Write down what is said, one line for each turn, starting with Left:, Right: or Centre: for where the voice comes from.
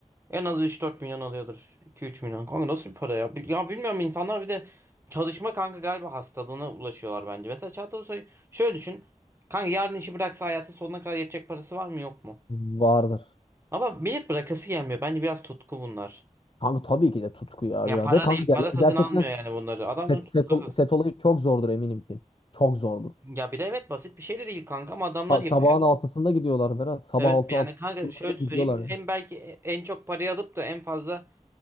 Right: En az üç dört milyon alıyordur. 2 üç milyon. Kanka nasıl bir para ya? Bil- Ya bilmiyorum insanlar bir de çalışma kanka galiba hastalığına ulaşıyorlar bence. Mesela Çağatay Ulusoy şöyle düşün. Kanka yarın işi bıraksa hayatın sonuna kadar yetecek parası var mı yok mu?
Left: Vardır.
Right: Ama millet bırakası gelmiyor. Bence biraz tutku bunlar.
Left: Kanka tabii ki de tutku ya
Right: Ya
Left: biraz.
Right: para
Left: Ve kanka
Right: değil.
Left: ger-
Right: Para satın
Left: gerçekten
Right: almıyor yani bunları. Adamların
Left: set,
Right: tutkusu.
Left: set, ol- set olayı çok zordur eminim ki. Çok zordur.
Right: Ya bir de evet basit bir şey de değil kanka ama adamlar
Left: Sa-
Right: yapıyor.
Left: sabahın altısında gidiyorlar Berat. Sabah
Right: Evet
Left: altı
Right: yani
Left: altı
Right: kanka şöyle söyleyeyim.
Left: gidiyorlar yani.
Right: En belki e, en çok parayı alıp da en fazla